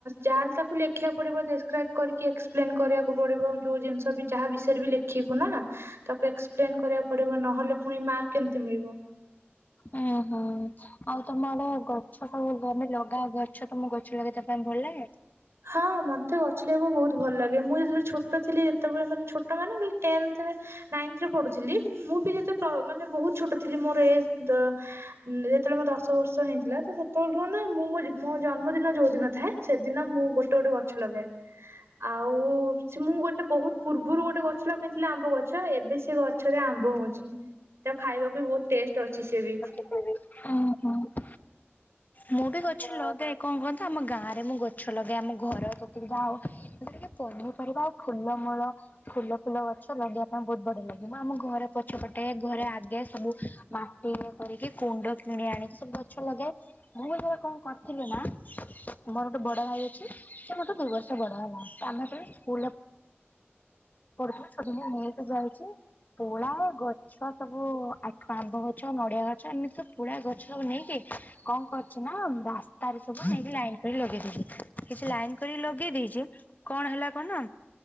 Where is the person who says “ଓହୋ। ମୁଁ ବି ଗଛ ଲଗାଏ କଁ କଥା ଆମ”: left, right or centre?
Left